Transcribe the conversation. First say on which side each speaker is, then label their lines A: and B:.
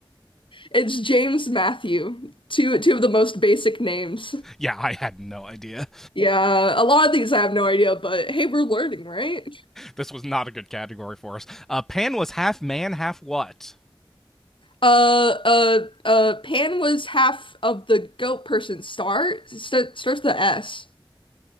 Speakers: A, on the left; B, in the centre.
A: It's James Matthew. Two two of the most basic names.
B: Yeah, I had no idea.
A: Yeah, a lot of these I have no idea, but hey, we're learning, right?
B: This was not a good category for us. Uh, Pan was half man, half what?
A: Uh, uh, uh, Pan was half of the goat person. Star Sta- starts with the S.